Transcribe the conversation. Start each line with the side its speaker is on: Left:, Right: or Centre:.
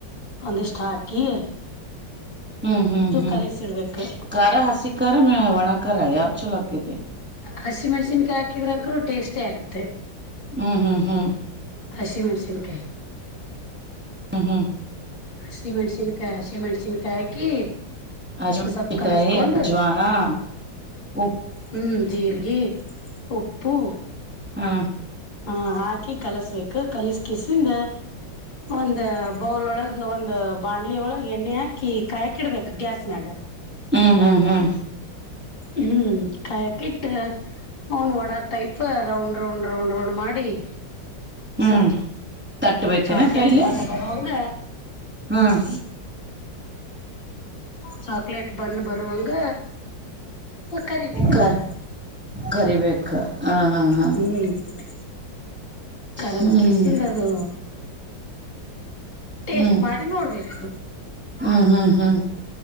Left: ಅಧೆಷ್ಠಾಕಿ.
Centre: ಹ್ಮ್ ಹ್ಮ್ ಹ್ಮ್
Left: ಕಲಿಸಿಡ್ಬೇಕು
Centre: ಕಾರ ಹಾಸಿಿ ಕಾರ ವಣ ಕರಾ ಯಾವ್ದು ಚೊಲೋ ಆಗ್ತೀಯತಿ.
Left: ಹಸಿ ಮಣ್ಸಿನ್ಕಾಯ ಹಾಕಿದ್ರಕರುೂ ಟೇಸ್ಟೇ ಆಗತ್ತೆ.
Centre: ಹ್ಮ್ ಹ್ಮ್ ಹ್ಮ್-
Left: ಹಸ ಮೆಸಿನಕಾಯ.
Centre: ಹಾ ಹಾ-
Left: ಸಿಮೆಣ್ಸಿನ್ಕಾಯ ಸಿಮೆಣ್ಸಿನ್ಕಾಯಿ ಹಾಕಿ.
Centre: <inaudible>
Left: ಸ್ವಲ್ಪ ಕಲಿಸ್ಕೊಂಡು
Centre: ಅಜ್ವಾ. -
Left: ಹ್ಮ್ ಜೀರ್ರಿಗೆ ಉಪ್ಪು.
Centre: ಹಾ-
Left: ಹ ಹಾಕಿ ಕಲಸ್ಬೇಕು ಕಲಸ್ ಕಿಸಿಂದ ಒಂದ ಬೌಲ್ ಒಳಗ. ಈ ಒಂದು ಬಾಾಣ್ಲಿ ಒಳಗೆ ಎಣ್ಣೆ ಹಾಕಿ ಕಾಯಾಕಿಡ್ಬೇಕು ಗ್ಯಾಸ್ ಮ್ಯಾಗ.
Centre: ಹ್ಮ್ ಹ್ಮ್ ಹ್ಮ್-.
Left: ಹ್ಮ್ ಕಾಯಕಿಟ್ಟ ಅವನ್ ಓಡಾಡ್ತೈ. ರೌಂಡ್ ರೌಂಡ್ ರೌಂಡ್ ರೌಂಡ್ ಮಾಡಿ.
Centre: ಹ್ಮ್
Left: ಸ
Centre: ತಟ್ಬೇಕೇನ
Left: ಚಾಕ್ಲೇಟ್
Centre: ಕೈಲೆ
Left: ಬಣ್ಣ ಬರುವಂಗ.
Centre: ಹಾ-
Left: ಚಾಕ್ಲೇಟ್ ಬಣ್ಣ ಬರುವಂಗ ಕರಿಬೇಕ
Centre: ಕ
Left: ಅವನ.
Centre: ಕರಿಬೇಕು ಹಾ ಹಾ ಹಾ.
Left: ಹ್ಮ್- ಕರದ
Centre: ಹ್ಮ್
Left: ಕೆಸೆಂಡ್ ಅದು. ಟೇಸ್ಟ್
Centre: ಹ್ಮ್
Left: ಮಾಡಿ ನೋಡ್ಬೇಕು.
Centre: ಹ್ಮ್ ಹ್ಮ್ ಹ್ಮ್-